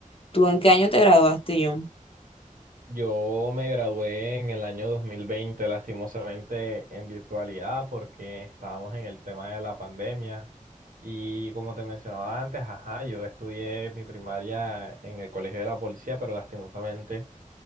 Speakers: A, on the left; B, on the right.
A: ¿Tú en qué año te graduaste, John?
B: Yo me gradué en el año 2020, lastimosamente en virtualidad, porque estábamos en el tema de la pandemia. Y como te mencionaba antes, ajá, yo estudié mi primaria en el Colegio de la Policía, pero lastimosamente